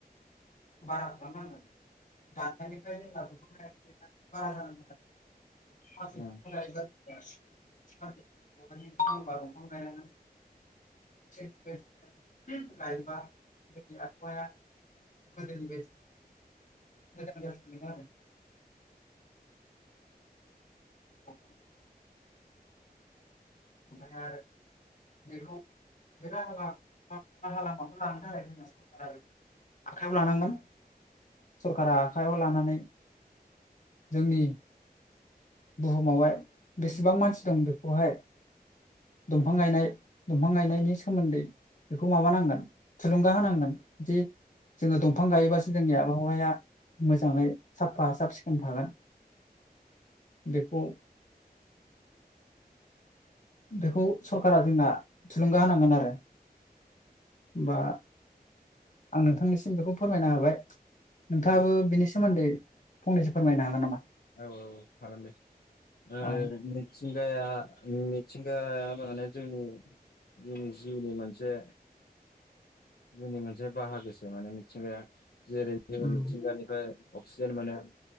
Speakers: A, on the left (about 50°); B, on the left (about 75°).
A: बारा खालामनांगोन दनिफ्राय जों
B: उम
A: बारा जानाय <unintelligible> <inaudible> <inaudible> <inaudible> <inaudible> खोनादों नोथां <inaudible> <inaudible> बेखौ बे राहा लामाखौ लानो थाखाय जोंना सरखार आरो आखाइयाव लानांगोन सरकारा आखायाव लानानै जोंनि बुहुमावहाय बेसेबां मानसि दं बेखौहाय दंफां गायनाय दंफां गायनायनि सोमोन्दै बेखौ माबानांगोन थुलुंगा होनांगोन जे जोङो दंफां गायोबासो जोंनि आबहावाया मोजाङै साफा साब सिखोन थागोन बेखौ बेखौ सरकारा जोंना थुलुंगा होनांगोन आरो बा आं नोंथांनिसिम बेखौ फोरमायनो हाबाय नोंथाङाबो
B: उम
A: बिनि सोमोन्दै फंनैसो फोरमायनो हागोन नामा
B: औ औ खालाम दे औ
A: अ
B: मिथिंगाया मिथिंगाया माने जोंनि जोंनि जिउनि मोनसे जोंनि मोनसे बाहागोसो माने मिथिंगाया जेरै जोङो
A: उम
B: मिथिंगानिफ्राय अक्सिजेन मोनो